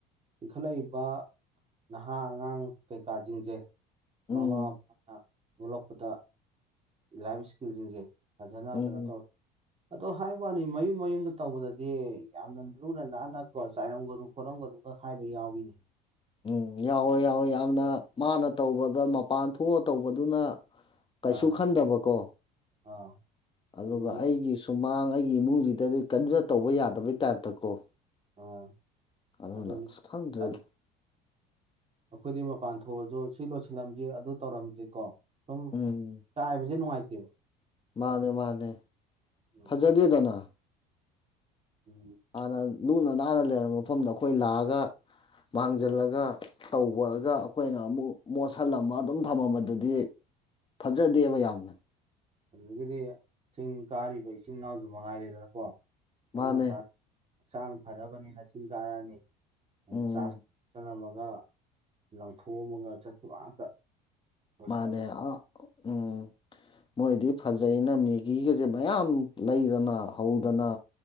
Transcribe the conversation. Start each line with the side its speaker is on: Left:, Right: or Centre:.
Right: ꯏꯟꯈꯠꯂꯛꯏꯕ ꯅꯍꯥ ꯑꯉꯥꯡ ꯀꯩꯀꯥꯁꯤꯡꯁꯦ
Left: ꯎꯝ
Right: ꯃꯃꯥ ꯃꯄꯥꯅ ꯑꯣꯂꯛꯄꯗ ꯂꯥꯏꯐ ꯏꯁꯀꯤꯜꯁꯤꯡꯁꯦ ꯐꯖꯅ
Left: ꯎꯝ
Right: ꯀꯩꯅꯣ ꯇꯧꯔ ꯑꯗꯣ ꯍꯥꯏꯕꯅꯤ ꯃꯌꯨꯝ ꯃꯌꯨꯝꯗ ꯇꯧꯕꯗꯗꯤ ꯌꯥꯝꯅ ꯑꯨꯅ ꯅꯍꯟꯅꯛ ꯀ ꯆꯥꯏꯔꯝꯒꯅꯨ ꯈꯣꯠꯂꯝꯒꯅꯨꯒ ꯍꯥꯏꯕ ꯌꯥꯎꯏꯅꯦ
Left: ꯎꯝ ꯌꯥꯎꯋꯦ ꯌꯥꯎꯋꯦ ꯌꯥꯝꯅ ꯃꯥꯅ ꯇꯧꯕꯗ ꯃꯄꯥꯟ ꯊꯣꯛꯑ ꯇꯧꯕꯗꯨꯅ ꯀꯩꯁꯨ
Right: ꯑꯥ
Left: ꯈꯟꯗꯕꯀꯣ
Right: ꯑꯥ
Left: ꯑꯗꯨꯒ
Right: ꯑꯗꯨ ꯃꯌꯨꯝ
Left: ꯑꯩꯒꯤꯁꯨ ꯁꯨꯃꯥꯡ ꯑꯩꯒꯤ ꯏꯃꯨꯡꯁꯤꯗꯗꯤ ꯀꯟꯅ ꯇꯧꯕ ꯌꯥꯗꯕꯩ ꯇꯥꯏꯞꯇꯀꯣ
Right: ꯑꯥ
Left: ꯑꯗꯨꯅ
Right: ꯑꯗꯨꯅꯤ
Left: ꯑꯁꯨ ꯈꯪꯗ꯭ꯔꯦꯗꯤ
Right: ꯇꯜꯂꯤ꯫ ꯑꯩꯈꯣꯏꯗꯤ ꯃꯄꯥꯟ ꯊꯣꯛꯑꯁꯨ ꯁꯤ ꯂꯣꯏꯁꯤꯜꯂꯝꯁꯤꯦ ꯑꯗꯨ ꯇꯧꯔꯝꯁꯤꯦ ꯀꯣ ꯁꯨꯝ
Left: ꯎꯝ
Right: ꯆꯥꯏꯕꯁꯦ ꯅꯨꯡꯉꯥꯏꯇꯦꯕ
Left: ꯃꯥꯅꯦ ꯃꯥꯅꯦ
Right: ꯎꯝ
Left: ꯐꯖꯗꯦꯗꯅ
Right: ꯎꯝ
Left: ꯍꯥꯟꯅ ꯂꯨꯅ ꯅꯥꯟꯅ ꯂꯩꯔꯝꯕ ꯃꯐꯝꯗ ꯑꯩꯈꯣꯏ ꯂꯥꯛꯑꯒ ꯃꯥꯡꯖꯤꯜꯂꯒ ꯇꯧꯕꯔꯒ ꯑꯩꯈꯣꯏꯅ ꯑꯃꯨꯛ ꯃꯣꯠꯁꯤꯜꯂꯝꯃ ꯑꯗꯨꯝ ꯊꯝꯃꯝꯕꯗꯨꯗꯤ ꯐꯖꯗꯦꯕ ꯌꯥꯝꯅ
Right: ꯑꯗꯨꯗꯒꯤꯗꯤ ꯊꯤꯡ ꯀꯥꯔꯤꯕ ꯏꯆꯤꯟ ꯏꯅꯥꯎꯁꯨ ꯃꯉꯥꯏꯔꯦꯗꯅꯀꯣ ꯑꯌꯨꯛ
Left: ꯃꯥꯅꯦ
Right: ꯉꯇꯥ ꯍꯛꯆꯥꯡ ꯐꯅꯕꯅꯤꯅꯆꯤꯟ ꯀꯥꯔꯛꯑꯅꯤ
Left: ꯎꯝ
Right: ꯆꯥꯔꯖ ꯆꯔꯝꯃꯒ ꯂꯪꯊꯣꯛꯑꯝꯃꯒ ꯆꯠꯈꯤꯕ ꯉꯥꯛꯇ ꯂꯣꯏꯁꯤꯜꯂꯝꯃꯤ
Left: ꯃꯅꯦ ꯑ ꯎꯝ ꯃꯣꯏꯗꯤ ꯐꯖꯩꯅ ꯃꯦꯒꯤꯒꯁꯦ ꯃꯌꯥꯝ ꯂꯩꯗꯅ ꯍꯧꯗꯅ